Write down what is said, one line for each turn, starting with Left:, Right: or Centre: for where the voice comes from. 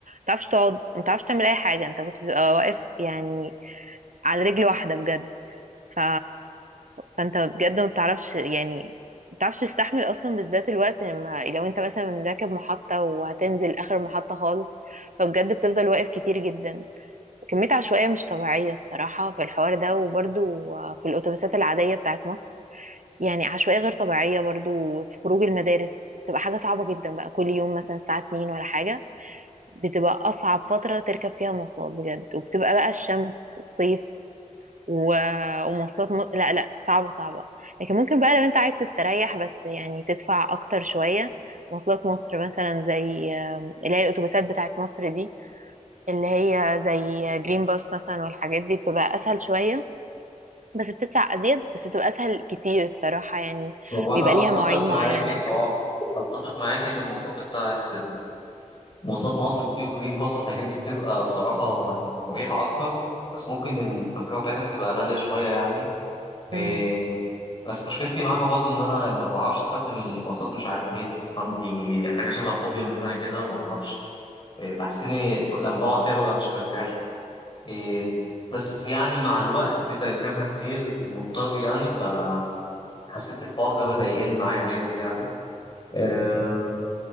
Right: متعرفش تقعد متعرفش تعمل أي حاجة أنت كنت بتبقى واقف يعني على رجل واحدة بجد ف... فانت بجد ما بتعرفش يعني ما بتعرفش تستحمل اصلا بالذات الوقت لما لو انت مثلا راكب محطة وهتنزل اخر المحطة خالص فبجد بتفضل واقف كتير جدا كمية عشوائية مش طبيعية الصراحة في الحوار ده وبرضو في الاتوبيسات العادية بتاعت مصر يعني عشوائية غير طبيعية برضو في خروج المدارس بتبقى حاجة صعبة جدا بقى كل يوم مثلا الساعة 2 ولا حاجة بتبقى أصعب فترة تركب فيها مواصلات بجد وبتبقى بقى الشمس الصيف و- ومواصلات م... لا لا صعبة صعبة لكن ممكن بقى لو انت عايز تستريح بس يعني تدفع اكتر شوية مواصلات مصر مثلا زي آم، اللي هي الاتوبيسات بتاعت مصر دي اللي هي زي جرين باس مثلا والحاجات دي بتبقى اسهل شوية بس بتدفع ازيد بس بتبقى اسهل كتير الصراحة يعني
Left: وانا
Right: بيبقى ليها
Left: اتفق
Right: مواعيد معينة
Left: معاكي
Right: وكده
Left: اه اتفق معاكي ان المواصلات بتاعت مواصلات مصر دي وجرين باص والحاجات دي بتبقى بصراحة يعني مريحة أكتر بس ممكن التذكرة بتاعتها بتبقى غالية شوية يعني إيه،
Right: مم.
Left: بس مشكلتي معاها برضو إن أنا ما بعرفش أستخدم الباصات مش عارف ليه عندي حاجة شبه فوبيا منها كده ما أعرفش إيه، بحسني لما بقعد فيها ببقى مش مرتاح إيه، بس يعني مع الوقت بتركبها كتير مضطر يعني فحسيت الحوار ده بدأ يقل معايا جامد يعني آه،